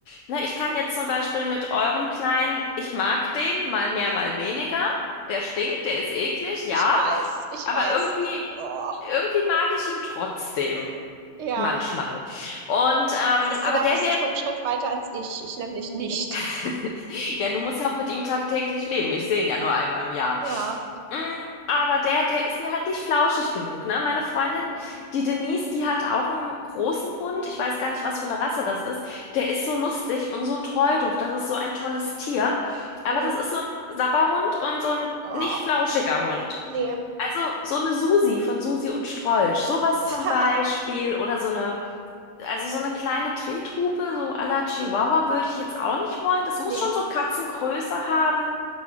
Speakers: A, on the left; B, on the right.
A: Ne, ich kann jetzt zum Beispiel mit eurem Kleinen, ich mag den, mal mehr,
B: Mhm.
A: mal weniger. Der stinkt, der ist eklig, ja.
B: Ich weiß, ich
A: Aber
B: weiß.
A: irgendwie,
B: Oh,
A: irgendwie mag ich ihn trotzdem.
B: ja.
A: Manchmal. Und, ähm,
B: Siehst
A: aber
B: du, da
A: der
B: bist
A: wäre,
B: du schon einen Schritt weiter als ich. Ich nämlich nicht.
A: <laughs> ja, du musst ja auch mit ihm tagtäglich leben. Ich sehe ihn ja nur einmal im Jahr.
B: Ja.
A: Mm, Aber der, der ist mir halt nicht flauschig genug, ne? Meine Freundin,
B: Mhm.
A: die Denise, die hat auch einen großen Hund. Ich weiß gar nicht, was für eine Rasse das ist. Der ist so lustig und so treudof. Das ist so ein tolles Tier. Aber
B: Mhm.
A: das ist so ein Sabberhund und so ein
B: Ja.
A: nicht flauschiger Hund.
B: Nee.
A: Also so eine Susi von Susi und Strolch. Sowas
B: <laughs>
A: zum Beispiel. Oder so eine, also so eine kleine Trethupe, so à la Chihuahua würde ich jetzt auch nicht wollen. Das muss
B: nee.
A: schon so Katzengröße haben